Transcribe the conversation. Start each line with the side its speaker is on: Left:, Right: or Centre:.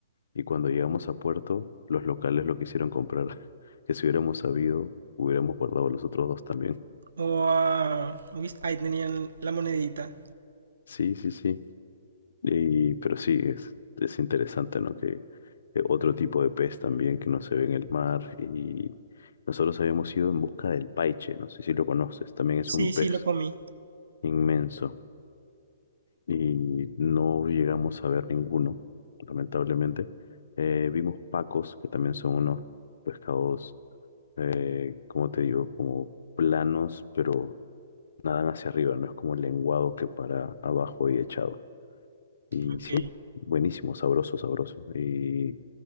Left: y cuando llegamos a puerto, los locales lo quisieron comprar, <laughs> que si hubiéramos sabido, hubiéramos guardado los otros dos también.
Right: O a... uy, ahí tenían la monedita.
Left: Sí, sí, sí. Y, pero sí, es, es interesante, ¿no? Que, que otro tipo de pez también que no se ve en el mar. Y nosotros habíamos ido en busca del paiche, no sé si lo conoces, también es
Right: Sí,
Left: un pez
Right: sí, lo comí.
Left: inmenso. Y no llegamos a ver ninguno, lamentablemente. Eh, vimos pacos, que también son unos pescados, eh, como te digo, como planos, pero nadan hacia arriba, no es como el lenguado que para abajo y echado. Y
Right: Ok.
Left: sí, buenísimo, sabroso, sabroso. Y